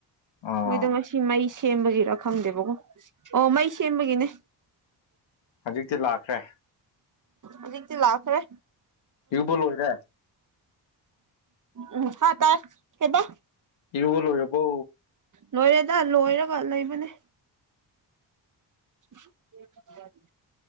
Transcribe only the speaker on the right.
ꯃꯣꯏꯗꯣ ꯉꯁꯤ ꯃꯩꯁ ꯁꯦꯕꯖꯤꯔ ꯈꯪꯗꯦꯕꯀꯣ ꯑꯣ ꯃꯩ ꯁꯦꯝꯕꯒꯤꯅꯦ
ꯑꯗꯨꯗꯤ ꯂꯥꯛꯈꯔꯦ
ꯎ ꯍꯥ ꯇꯥꯢ ꯀꯩꯕ
ꯂꯣꯏꯔꯦꯗ ꯂꯣꯏꯔꯒ ꯂꯩꯕꯅꯦ <unintelligible>